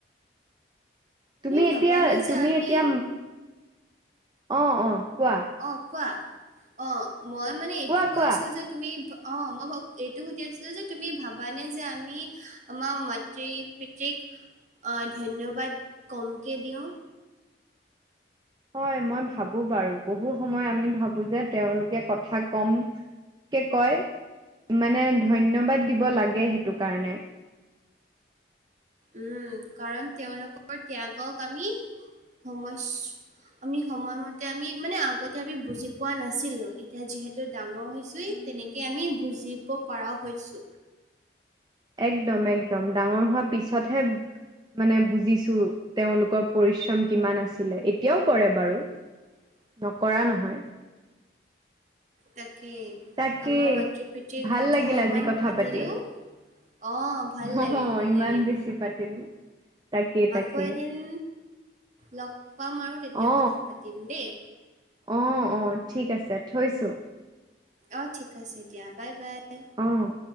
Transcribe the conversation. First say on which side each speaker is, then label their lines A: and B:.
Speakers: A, on the right; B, on the right.
A: তুমি
B: ভাবানে
A: এতিয়া-
B: যে
A: তুমি
B: আমি
A: এতিয়া অ', অ', কোৱা
B: অ', কোৱা? অ', মই মানে এইটো
A: কোৱা
B: কৈ
A: কোৱা
B: আছিলোঁ যে তুমি অ', মই এইটো সুধি আছিলোঁ যে তুমি ভাবানে যে আমি আমাৰ মাতৃ পিতৃক আ ধন্যবাদ কমকে দিওঁ।
A: হয় মই ভাবোঁ বাৰু, বহু সময় আমি ভাৱোঁ যে তেওঁলোকে কথা কম কে কয়, মানে ধন্যবাদ দিব লাগে সেইটো কাৰণে।
B: উম, কাৰণ তেওঁলোকৰ ত্যাগক আমি সম আমি সময়মতে আমি মানে আগতে আমি বুজি পোৱা নাছিলোঁ, এতিয়া যিহেতু ডাঙৰ হৈছোয়েই
A: উম
B: তেনেকে আমি বুজিব পৰাও হৈছো।
A: একদম-একদম ডাঙৰ হোৱাৰ পিছতহে মানে বুজিছোঁ, তেওঁলোকৰ পৰিশ্ৰম কিমান আছিলে এতিয়াও কৰে বাৰু।
B: <inaudible>
A: নকৰা নহয়।
B: তাকে
A: তাকেই
B: আমাৰ মাতৃ পিতৃৰ
A: ভাল
B: কথা
A: লাগিল
B: ইমান
A: আজি কথা
B: পাতিলোঁ
A: পাতি
B: অ', ভাল
A: অহ
B: লাগিল, ভাল
A: ইমান
B: লাগিল।
A: বেছি পাতিলো তাকে তাকে
B: আকৌ এদিন লগ পাম আৰু তেতিয়া
A: অ
B: কথা পাতিম দেই।
A: অ', অ', ঠিক আছে থৈছোঁ।
B: অ', ঠিক আছে দিয়া, বাই-বাই।
A: অ